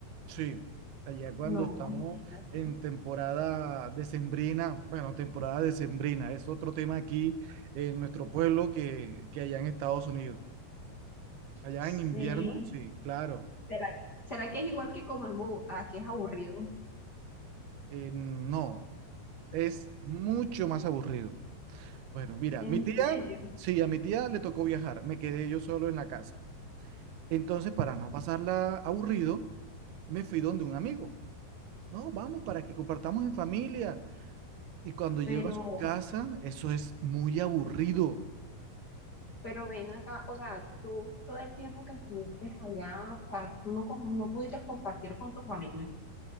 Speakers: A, on the right; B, on the left.
A: Sí. Allá cuando
B: No,
A: estamos
B: imagínate.
A: en temporada decembrina, bueno, temporada decembrina, es otro tema aquí en nuestro pueblo que, que allá en Estados Unidos. Allá
B: Sí,
A: en invierno, sí, claro.
B: ¿será, será que es igual que como en Bogotá, que es aburrido?
A: Eh, no, es mucho más aburrido. Bueno, mira,
B: En
A: mi tía,
B: serio,
A: sí, a mi tía le tocó viajar, me quedé yo solo en la casa. Entonces, para no pasarla aburrido, me fui donde un amigo. No, vamos, para que compartamos en familia. Y cuando
B: pero,
A: llego a su casa, eso es muy aburrido.
B: pero ven acá, o sea, tú todo el tiempo que estuviste allá, o sea, tú no, com- no pudiste compartir con tu familia.